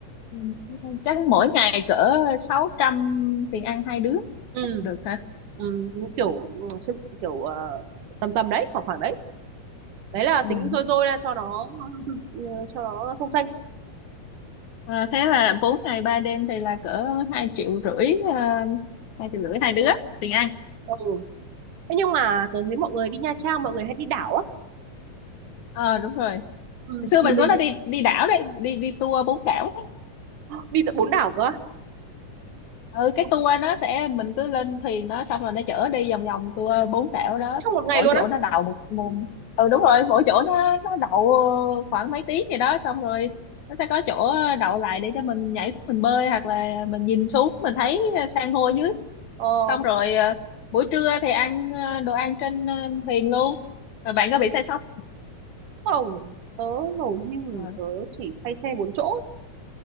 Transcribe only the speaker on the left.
ừ, sáu trăm. chắc mỗi ngày cỡ sáu trăm tiền ăn hai đứa
chắc được ha
ừ.
Ờ, thế là 4 ngày 3 đêm thì là cỡ 2 triệu rưỡi uh, 2 triệu rưỡi hai đứa tiền ăn
ờ đúng rồi hồi
xưa
mình
cũng đã đi đi đảo đấy đi đi tour bốn đảo
ừ
cái tour nó sẽ mình cứ lên thuyền nó xong rồi nó chở đi vòng vòng tour bốn đảo đó
mỗi
chỗ
nó đầu một, một ừ đúng rồi mỗi chỗ nó nó đậu khoảng mấy tiếng gì đó xong rồi nó sẽ có chỗ đậu lại để cho mình nhảy xuống mình bơi hoặc là mình nhìn xuống mình thấy ờ, san hô dưới
xong rồi ờ, buổi trưa thì ăn ờ, đồ ăn trên ờ, thuyền luôn rồi bạn có bị say sóng
ờ,